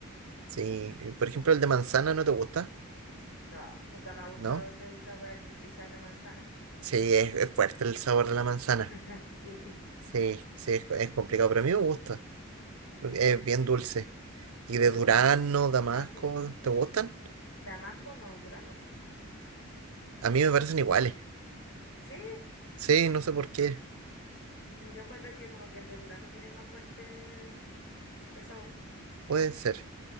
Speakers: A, on the right; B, on the left.
A: Sí, y por ejemplo, el de manzana no te gusta,
B: No, nunca me ha gustado
A: ¿no?
B: ese sabor artificial de manzana.
A: Sí, es es fuerte el sabor de la manzana.
B: <laughs> Sí.
A: Sí, sí, es, es complicado, pero a mí me gusta, porque es bien dulce. ¿Y
B: ¿Y
A: de
B: el de
A: durazno,
B: durazno?
A: damasco,
B: así
A: te gustan?
B: Damasco no, durazno sí.
A: A mí me parecen iguales.
B: Sí,
A: Sí, no sé por qué,
B: mm, yo encuentro que como que el de durazno tiene más fuerte el sabor.
A: puede ser.